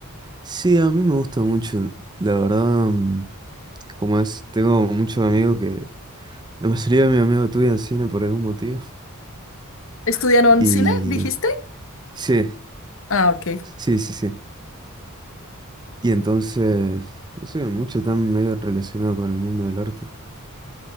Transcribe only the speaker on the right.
Sí, a mí me gusta mucho, la verdad, mm, como es, tengo muchos amigos que, la mayoría de mis amigos estudian cine por algún motivo,
y
sí,
sí, sí, sí, y entonces, no sé, muchos están medio relacionados con el mundo del arte,